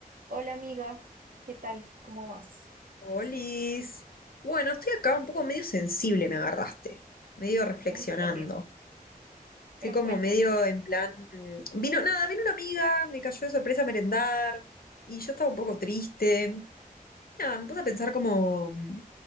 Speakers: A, on the right; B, on the left.
A: Hola amiga, ¿qué tal? ¿Cómo vas?
B: Olis. Bueno, estoy acá un poco medio sensible, me agarraste, medio reflexionando.
A: Ay, yo también,
B: Estoy
A: pero
B: como
A: cuéntame.
B: medio en plan, mm, vino nada, vino una amiga, me cayó de sorpresa a merendar y yo estaba un poco triste. Nada, me puse a pensar como mm,